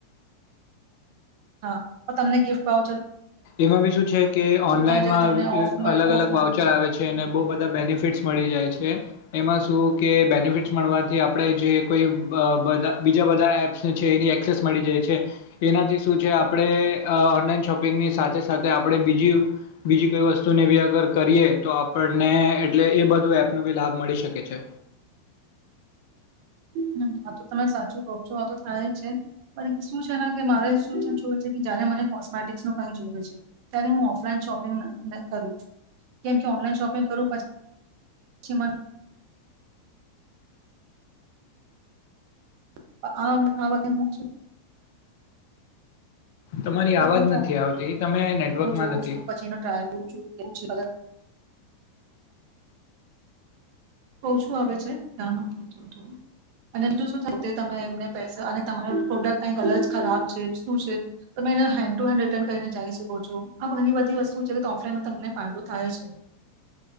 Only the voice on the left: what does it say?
એમાં બી શું છે કે, ઓનલાઈનમાં
અ
અલગ-અલગ
વાઉચર આવે છે ને બઉ બધા બેનિફિટ્સ મળી જાય છે. એમાં શું કે, બેનિફિટસ મળવાથી આપડે જે કોઈ બ બધા બીજા બધા એપ્સ છે. એની એક્સેસ મળી જાય છે. એનાથી શું છે આપડે અ ઓનલાઈન શોપિંગની સાથે-સાથે આપડે બીજી બીજી કોઈ વસ્તુને બી અગર કરીએ તો, આપડને એટલે એ બધું એપનો બી લાભ મળી શકે છે.
તમારી આવાજ
નથી આવતી તમે નેટવર્કમાં
નથી